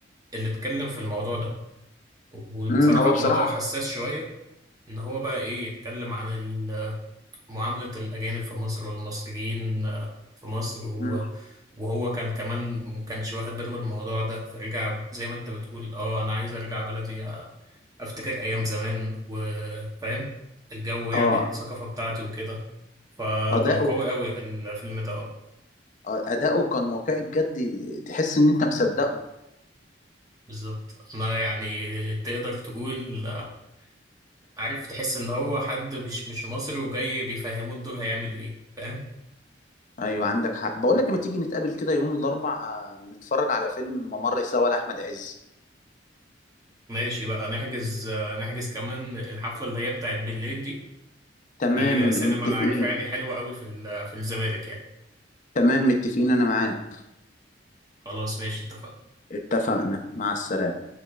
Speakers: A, on the right (about 20°); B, on the left (about 45°).
A: اللي اتكلم في الموضوع ده وبصراحة
B: مم. هو
A: الموضوع
B: بصراحه
A: حساس شوية ان هو بقى ايه يتكلم عن ال- معاملة الاجانب في مصر والمصريين آه، في مصر وهو,
B: مم.
A: وهو كان كمان ما كانش واخد باله من الموضوع ده فرجع زي ما انت بتقول اه انا عايز ارجع بلدي آه، افتكر ايام زمان وفاهم الجو يعني
B: اه
A: الثقافة بتاعتي وكده فكان
B: اداؤه
A: قوي قوي الفيلم ده اه
B: آه، اداؤه كان واقعي بجد تحس ان انت مصدقه
A: بالظبط انا يعني تقدر تقول آه، عارف تحس ان هو حد مش مش مصري وجاي بيفهموه الدور هيعمل ايه فاهم
B: ايوه عندك حق بقول لك لما تيجي نتقابل كده يوم الاربع آه، نتفرج على فيلم الممر سوا لاحمد عز
A: ماشي بقى نحجز آه، نحجز كمان الحفلة اللي هي بتاعت بالليل دي
B: تمام
A: في سينما
B: متفقين
A: أنا عارفها يعني حلوة قوي في ال- في الزمالك يعني
B: تمام متفقين انا معاك
A: خلاص ماشي اتفقنا
B: اتفقنا مع السلامه